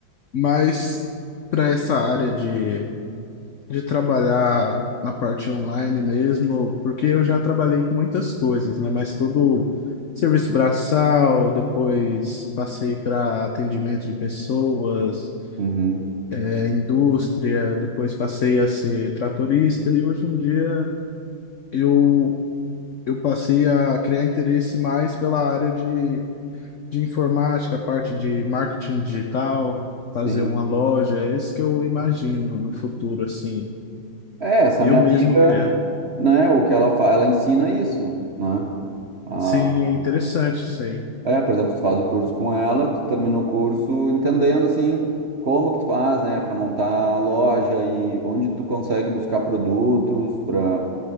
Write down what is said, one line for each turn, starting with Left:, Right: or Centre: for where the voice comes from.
Left: mais para essa área de, de trabalhar na parte online mesmo, porque eu já trabalhei com muitas coisas, né? Mas tudo serviço braçal, depois passei para atendimento de pessoas,
Right: Uhum,
Left: é, indústria, depois passei a ser tratorista e hoje em dia eu, eu passei a criar interesse mais pela área de, de informática, parte de marketing digital,
Right: sim.
Left: fazer uma loja, é isso que eu imagino no futuro, assim,
Right: É, essa
Left: eu
Right: minha
Left: mesmo
Right: amiga,
Left: criar.
Right: né, o que ela faz, ela ensina isso, né? Ah,
Left: Sim, é interessante isso aí.
Right: É, por exemplo, tu faz o curso com ela, tu termina o curso entendendo assim como que tu faz, né, para montar a loja e onde tu consegue buscar produtos para,